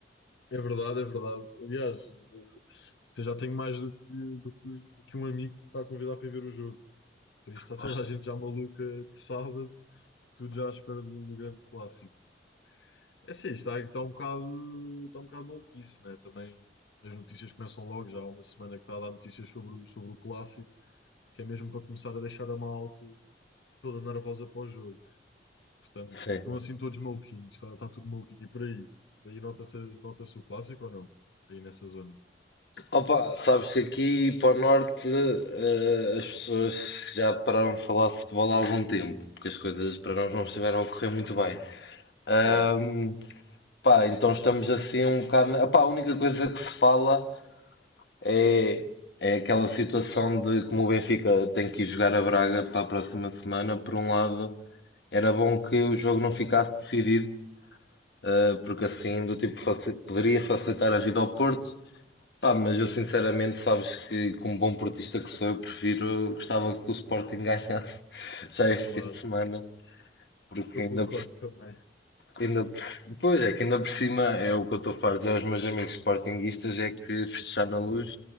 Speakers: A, on the left (about 85°); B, on the left (about 65°).
A: é verdade, é verdade. Aliás, eh, até já tenho mais do que, do que, do que um amigo que me está a convidar para ir ver o jogo. Então, isto está
B: Gosto-
A: toda a gente já maluca por sábado, tudo já à espera do, do grande clássico. É sim, está, está um bocado, está um bocado maluquice, né? Também as notícias começam logo, já há uma semana que está a dar notícias sobre, o- sobre o clássico, que é mesmo para começar a deixar a malta toda nervosa para o jogo. Portanto,
B: Sim.
A: estão assim todos maluquinhos, está, está tudo maluquinho. E por aí? Aí nota-se nota-se o clássico ou não? Aí nessa zona.
B: Opa, sabes que aqui para o norte eh, as pessoas já pararam de falar de futebol há algum tempo, porque as coisas para nós não estiveram a correr muito bem. Ahm,
A: Pois,
B: pá, então estamos assim um bocado. Opá, a única coisa que se fala É, é aquela situação de como o Benfica tem que ir jogar a Braga para a próxima semana. Por um lado, era bom que o jogo não
A: é,
B: ficasse decidido, eh, porque assim do tipo faci- poderia facilitar a vida ao Porto. Pá, mas eu sinceramente, sabes que como bom portista que sou, eu prefiro, gostava que o Sporting ganhasse <laughs> já este
A: claro,
B: fim de semana, porque
A: eu
B: ainda
A: concordo também.
B: Ainda, por- pois é, que ainda por cima é o que eu estou farto de dizer aos meus amigos sportinguistas, é que festejar na luz